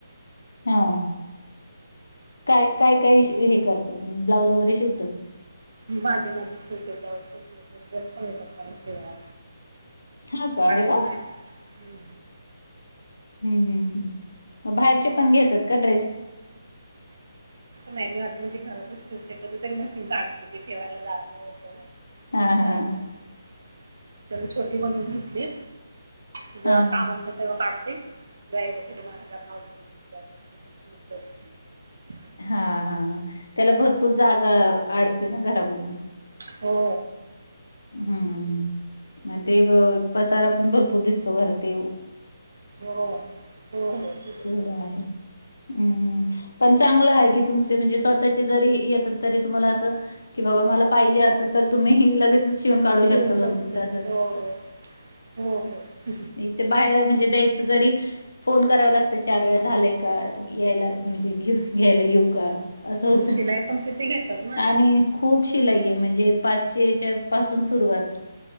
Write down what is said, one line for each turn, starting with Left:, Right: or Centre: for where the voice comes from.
Left: हा हा काय काय काय हे करत शि.. हे करता तुम्ही ब्लाऊज वगैरे शिकतात का
Right: मी माझे माझे शिवते ब्लाउज पण शिवते ड्रेस पण येतात मला शिवायला
Left: हा का
Right: बाहेरच
Left: अरे वा!
Right: नाही हम्
Left: ह ह हम् मग बाहेरचे पण
Right: म्हणजे
Left: घेतात का ड्रेस
Right: नाय माझी माझी घरातच शिवते कधीतरी मशीन काढते ती ठेवायला जागा होतं नाही ना
Left: हा हा
Right: जागेसाठी
Left: ह
Right: त्याला छोटी बनवून घेतली जेव्हा
Left: हा
Right: काम
Left: हा.
Right: असेल तेव्हा काढते व्हय घरणं सारखं सारखं शिवतात
Left: हा हा त्याला भरपूर जागा आडते ना घरामध्ये
Right: हो
Left: हम्म मग ते अ.. पसारा पण भरपूर दिसतो घर ते
Right: हो हो हो तस
Left: एवडं
Right: तसच
Left: आहे हम्म पण चांगलं आहे कि तु तुमचे म्हणजे स्वतःचे जरी येतात तरी तुम्हाला असं. की बाबा मला पाहिजे आता तरी तुम्ही ही लगेच शिवून काढू
Right: शिवू
Left: शकता दोन
Right: शकतो
Left: मिनटातच
Right: हो हो हो हो आणि
Left: अ.. ती बाहेरून ते द्यायचं तरी फोन करावा लागतो तर चार वेळा झालाय का यायला म्हणजे घे घ्यायला येऊ का असं होतं
Right: शिलाई पण किती घेतात ना
Left: आणि खूप शिलाई हे म्हणजे पाचशे हेच्या पासून सुरुवात